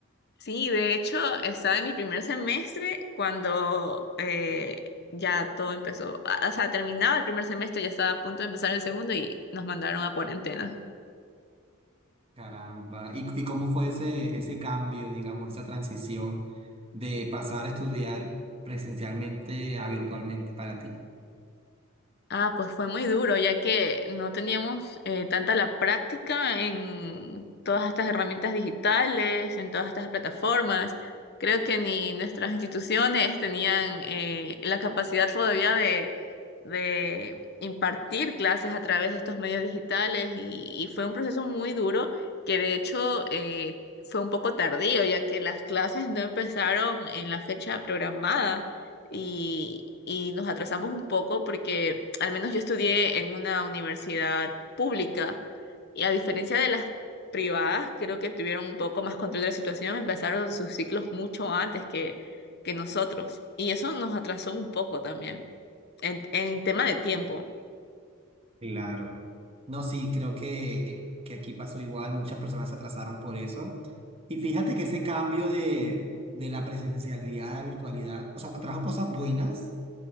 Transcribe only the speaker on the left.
Sí, de hecho, estaba en mi primer semestre cuando eh, ya todo empezó. a- O sea, terminaba el primer semestre, ya estaba a punto de empezar el segundo y nos mandaron a cuarentena.
Ah, pues fue muy duro, ya que no teníamos eh, tanta la práctica en todas estas herramientas digitales, en todas estas plataformas. Creo que ni nuestras instituciones tenían eh, la capacidad todavía de impartir clases a través de estos medios digitales y, y fue un proceso muy duro que de hecho eh, fue un poco tardío ya que las clases no empezaron en la fecha programada y, y nos atrasamos un poco porque al menos yo estudié en una universidad pública y a diferencia de las privadas creo que tuvieron un poco más control de la situación, empezaron sus ciclos mucho antes que, que nosotros y eso nos atrasó un poco también. En, en tema de tiempo.